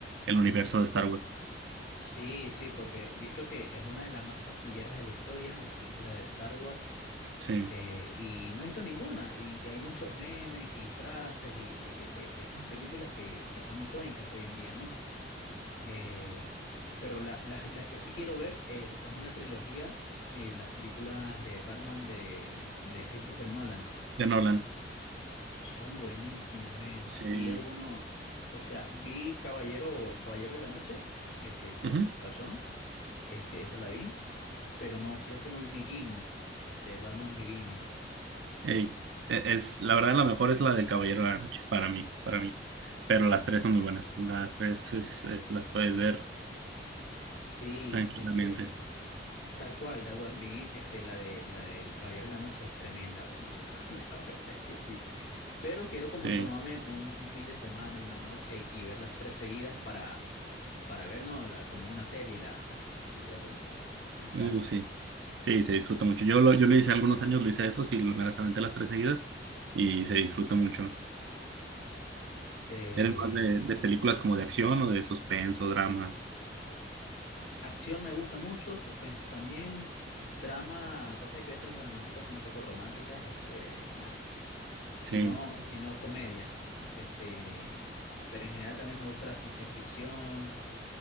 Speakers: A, on the right (about 80°); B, on the left (about 75°).
A: el
B: El,
A: universo de Star Wars,
B: sí, sí, porque visto que es una de las más taquilleras de la historia, las películas de Star Wars,
A: sí,
B: Eh, y no he visto ninguna, y, y hay muchos memes y frases y, eh, que- de, de esas películas que, que son icónicas hoy en día, ¿no? Eh, pero la- las las que sí quiero ver es, es una trilogía, eh, las películas de Batman de, de Christopher Nolan.
A: de Nolan,
B: Son buenísimas, men.
A: sí.
B: Vi alguno, o sea, vi Caballero, El Caballero de la Noche, este, con
A: Ujú.
B: el Guasón, este, esa la vi, pero no, creo que no vi Beginnings, este, Batman Beginnings.
A: Ey, e- es, la verdad, la mejor es la del Caballero de la Noche, para mí, para mí. Pero las tres son muy buenas. Las tres es- es- las puedes ver
B: Sí,
A: tranquilamente.
B: este... Tal cual, tal cual. Begin- este, la de, la del Caballero de la Noche es tremenda película. <laughs> La verdad es que sí. Pero quiero como
A: Sí.
B: tomarme un, un fin de semana, una noche y, y ver las tres seguidas para, para ver, ¿no? La, como una serie, la, la, la película como, la, como, como
A: Uh,
B: tal.
A: sí. Sí, se disfruta mucho. Yo lo, yo lo hice algunos años, lo hice eso, sí, lo- me las aventé las tres seguidas y se disfruta mucho.
B: Eh,
A: ¿Eres más de, de películas como de acción o de suspenso, drama?
B: acción me gusta mucho, suspenso también. Drama, pasa que a veces las dramáticas son un poco románticas, así que nada.
A: Sí.
B: Si no, si no, comedia. Este, pero en general también me gusta la ciencia ficción.